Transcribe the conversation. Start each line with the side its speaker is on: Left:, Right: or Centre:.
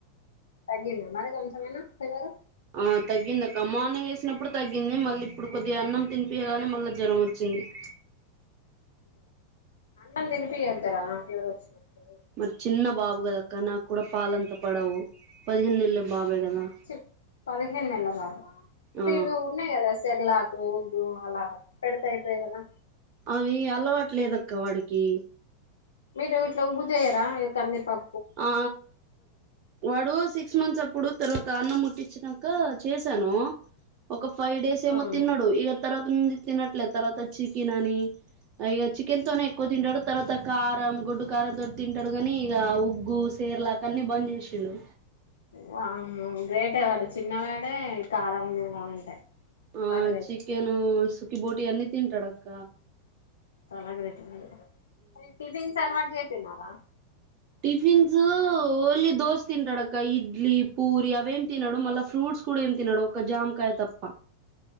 Left: తగ్గింది మరి కొంచమేనా ఫీవర్
Right: ఆ తగ్గిందిక్క మార్నింగ్ వేసినప్పుడు తగ్గింది మళ్ళీ ఇప్పుడు కొద్ది అన్నం తినిపియగానే మళ్ళీ జ్వరం వచ్చింది <inaudible>
Left: అన్నం తినిపియేద్దారా ఫీవర్ వచ్చినప్పుడు
Right: మరి చిన్న బాబు గదాక్క నాకు కూడా పాలంత పడవు పదిహేను నెలల బాబే కదా
Left: చి పదిహేనుల బాబు
Right: ఆ
Left: అ ఇవి ఉన్నాయి కదా సిర్లాకు ఉగ్గు అలా పెడతాయిపోయి కదా
Right: అవి అలవాటులేదక్క వాడికి
Left: మీరు వీట్లో ఉగ్గు చెయ్యరా కంది ప
Right: ఆ వాడు సిక్స్ మంత్స్ అప్పుడు తర్వాత అన్నం ముట్టించినంక చేశాను ఒక ఫైవ్ డేస్ ఏమో
Left: అవునా
Right: తిన్నాడు ఇక తర్వాత ది తినట్లే తర్వాత చికెన్ అని ఇక చికెన్ తోనే ఎక్కువ తింటాడు తర్వాత కారం గొడ్డు కారంతోటి తింటాడు కాని ఇక వుబ్ గు సేర్లాకన్ని బంద్ చేసిండు
Left: వామ్మో గ్రేటేవాడు చిన్నవాడే కారం నడం అంటే చాలా
Right: ఆ
Left: గ్రేట్
Right: చికెను సుకి బోటి అన్ని తింటాడక్క
Left: అ టిఫిన్ స అలవాటు చేయకపోయినా రా
Right: టిఫిన్స్ ఓలీ దోశ తింటాడు అక్క ఇడ్లీ పూరి అవేం తిన్నాడు మళ్ళా ఫ్రూట్ ఫ్రూట్స్ కూడా ఏం తినడు ఒక జామకాయ తప్ప